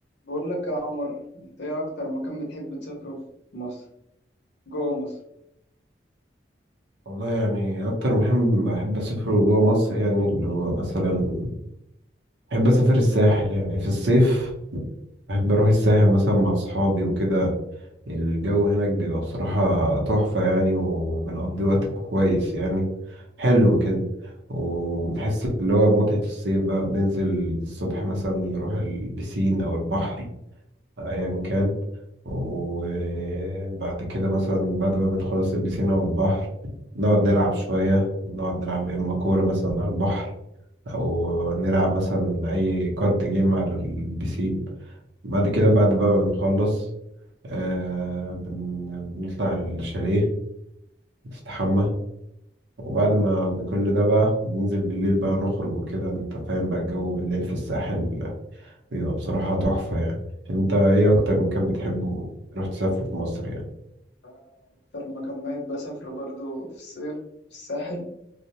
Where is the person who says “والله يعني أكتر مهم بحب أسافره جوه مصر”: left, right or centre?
Right